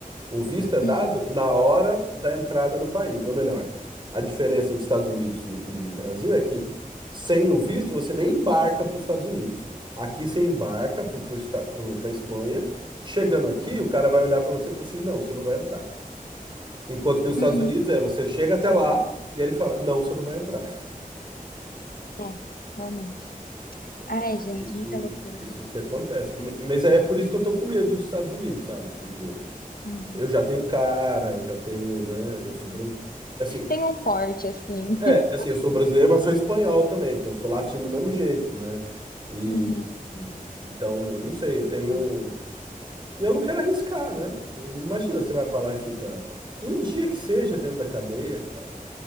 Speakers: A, on the right; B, on the left.
A: O visto é dado
B: Uhum.
A: na hora da entrada no país, ou melhor, a diferença entre Estados Unidos e, e Brasil é que sem o visto você nem embarca para os Estados Unidos. Aqui você embarca para a Espanha. Chegando aqui, o cara vai olhar para você e falar assim: não, você não vai entrar. Enquanto que nos Estados
B: Uhum.
A: Unidos é você chega até lá e aí ele fala: não, você não vai entrar.
B: É, realmente. Ai, gente,
A: Isso,
B: é muita loucura,
A: isso
B: né?
A: que acontece. M- Mas é por isso que eu tô com medo dos Estados Unidos, sabe? Porque
B: Uhum.
A: eu já tenho cara, eu já tenho, né? Eu sou brasileiro. Assim,
B: Tem um porte assim.
A: É,
B: <laughs>
A: assim, eu sou brasileiro, mas sou espanhol também, então eu sou latino do mesmo jeito, né? E
B: Uhum.
A: e- então, n- não sei, eu tenho.
B: É,
A: E eu não quero arriscar, né? Imagina, você vai pra lá e fica um dia que seja dentro da cadeia, cara,